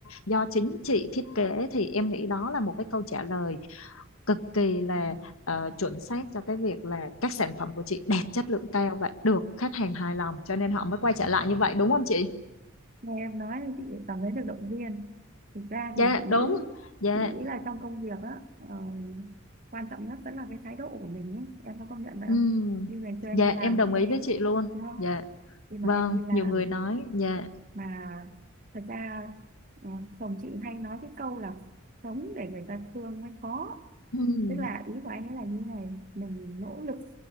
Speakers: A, on the left; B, on the right.
A: do chính chị thiết kế thì em nghĩ đó là một cái câu trả lời cực kỳ là ờ, chuẩn xác cho cái việc là các sản phẩm của chị đẹp chất lượng cao và được khách hàng hài lòng cho nên họ mới quay trở lại như vậy đúng không chị?
B: nghe em nói thì chị cảm thấy được động viên thực ra thì
A: Dạ
B: chị nghĩ
A: đúng. Dạ.
B: chị nghĩ là trong công việc á ờ, quan trọng nhất vẫn là cái thái độ của mình ấy. em có công nhận vậy
A: Ừm.
B: không như ngày xưa em
A: Dạ
B: đi làm
A: em đồng
B: cũng
A: ý
B: thế
A: với chị luôn.
B: đúng không
A: Dạ.
B: khi mà
A: Vâng,
B: em đi làm
A: nhiều người nói dạ.
B: mà thật ra ờ, chồng chị hay nói cái câu là sống để người ta thương mới khó
A: Ừm.
B: tức là ý của anh ấy là như này mình nỗ lực